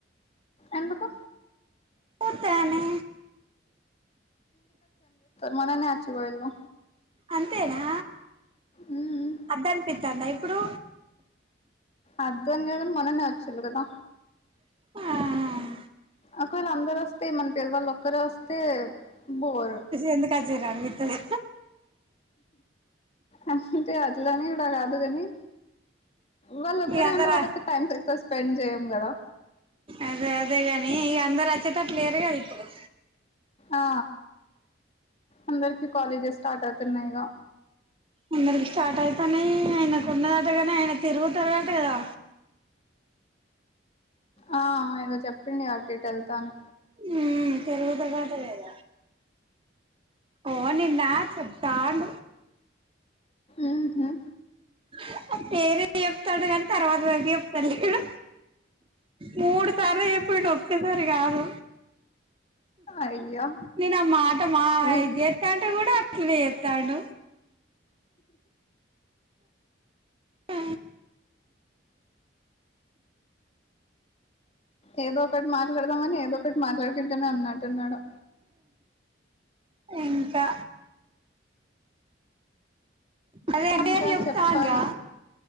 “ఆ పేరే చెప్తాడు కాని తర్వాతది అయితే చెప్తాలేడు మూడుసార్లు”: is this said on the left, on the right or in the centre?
Right